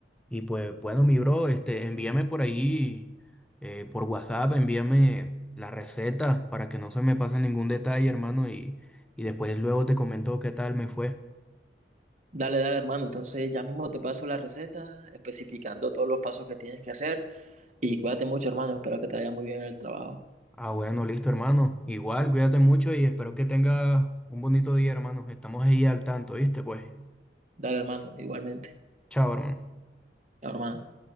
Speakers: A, in the centre; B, on the right.
A: Y pues bueno, mi bro, este, envíame por ahí, eh, por WhatsApp, envíame la receta para que no se me pase ningún detalle, hermano, y, y después luego te comento qué tal me fue.
B: Dale, dale, hermano. Entonces, ya mismo te paso la receta, especificando todos los pasos que tienes que hacer. Y cuídate mucho, hermano. Espero que te vaya muy bien en el trabajo.
A: Ah, bueno, listo, hermano. Igual, cuídate mucho y espero que tengas un bonito día, hermano. Estamos ahí al tanto, ¿viste? Pues,
B: Dale, hermano, igualmente,
A: chao, hermano.
B: hermano.